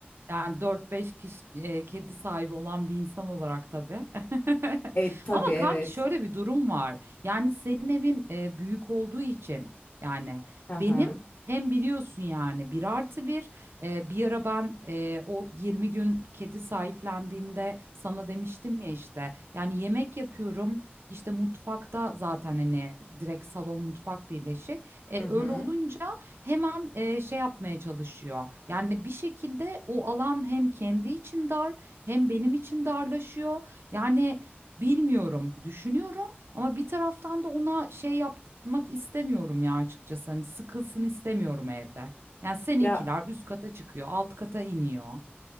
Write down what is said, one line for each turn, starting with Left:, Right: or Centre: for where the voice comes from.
Right: Yani dört beş kişi e, kedi sahibi olan bir insan olarak tabii. <laughs>
Left: E tabii
Right: Ama
Left: evet.
Right: kanki şöyle bir durum var. Yani senin evin e, büyük olduğu için yani
Left: Aha.
Right: benim hem biliyorsun yani bir artı bir e, bir ara ben e, o 20 gün kedi sahiplendiğimde sana demiştim ya işte yani yemek yapıyorum işte mutfakta zaten hani direkt salon mutfak birleşik. E,
Left: Hı hı.
Right: öyle
Left: hı.
Right: olunca hemen e, şey yapmaya çalışıyor. Yani bir şekilde o alan hem kendi için dar hem benim için darlaşıyor. Yani bilmiyorum, düşünüyorum ama bir taraftan da ona şey yapmak istemiyorum ya açıkçası. Hani sıkılsın istemiyorum evde. Yani seninkiler
Left: Ya
Right: üst kata çıkıyor, alt kata iniyor.